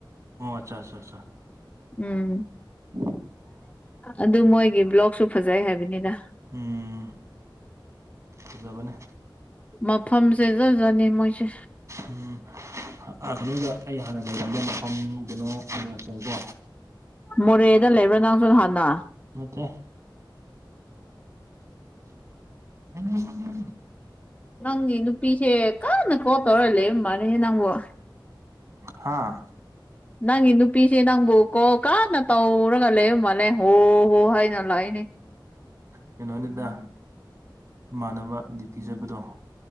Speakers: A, on the right; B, on the left.
A: ꯑꯣ ꯑꯠꯆꯥ ꯑꯠꯆꯥ ꯑꯠꯆꯥ
B: ꯎꯝ
A: <unintelligible>
B: ꯑꯗꯨ ꯃꯣꯏꯒꯤ ꯕ꯭ꯂꯣꯛꯁꯨ ꯐꯖꯩ ꯍꯥꯏꯕꯅꯤꯗ
A: ꯎꯝ ꯐꯖꯕꯅꯦ
B: ꯃꯐꯝꯁꯦ ꯖꯖꯅꯤ ꯃꯣꯏꯁꯦ
A: ꯎꯝ ꯑ ꯀꯩꯅꯣꯗ ꯑꯩ ꯍꯥꯟꯅ ꯂꯩꯔꯝꯕ ꯃꯐꯝ ꯀꯩꯅꯣ ꯑꯔꯨꯅꯥꯆꯜ ꯀꯣ
B: ꯃꯣꯔꯦꯗ ꯂꯩꯕ꯭ꯔꯥ ꯅꯪꯁꯨ ꯍꯥꯟꯅ
A: ꯅꯠꯇꯦ <inaudible> <inaudible>
B: ꯅꯪꯒꯤ ꯅꯨꯄꯤꯁꯦ ꯀꯟꯅ ꯀꯣꯜ ꯇꯧꯔ ꯂꯩ ꯃꯥꯜꯅꯤꯍꯦ ꯅꯪꯕꯨ
A: ꯍꯥꯥ
B: ꯅꯪꯒꯤ ꯅꯨꯄꯤꯁꯦ ꯅꯪꯕꯨ ꯀꯣ ꯀꯥꯟꯅ ꯇꯧꯔꯒ ꯂꯩꯔꯝꯃꯜꯂꯦ ꯍꯣ ꯍꯣ ꯍꯥꯏꯅ ꯂꯥꯛꯏꯅꯦ
A: ꯀꯩꯅꯣꯅꯤꯗ ꯏꯃꯥꯟꯅꯕ ꯗ꯭ꯌꯨꯇꯤ ꯆꯠꯄꯗꯣ